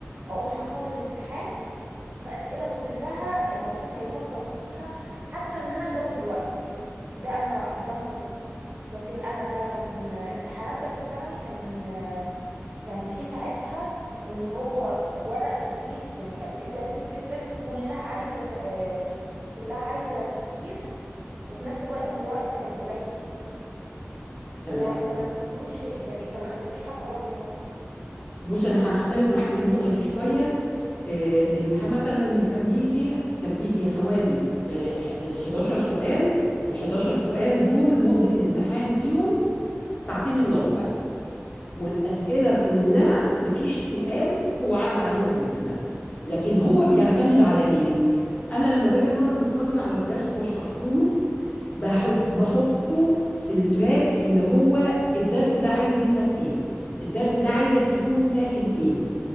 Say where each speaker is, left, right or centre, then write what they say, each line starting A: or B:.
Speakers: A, on the right (about 35°); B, on the left (about 30°).
A: اقوم حاطاه للامتحان فأسئلة كلها المفروض هيفكر فيها حتى ان انا ازود الوقت ده انا ده منطقي لكن انا كان امتحانات تالتة ثانوي كان كان في ساعتها ان هو ورق كتير يعني أسئلة كتير جدا كلها عايزة ت- آه، كلها عايزة تفكير وفي نفس الوقت الوقت كان قليل
B: تمام
A: هو انت ما اديتلوش يعني انت ما خليتوش حتى برضه يفكر
B: بص انا هختلف معاكي في النقطة دي شوية آه الامتحان مثلا اللي كان بيجي كان بيجي حوالي آه ح- 11 سؤال ال 11 سؤال دول مدة الامتحان فيهم ساعتين الا ربع والأسئلة كلها مفيش سؤال هو عدى عليه قبل كده لكن هو بيعتمد على ايه؟ انا لما باجي امرن الطالب على الدرس واشرحه له بحط بحطه في التراك اللي هو الدرس ده عايز منك ايه الدرس ده عايزك تكون فاهم ايه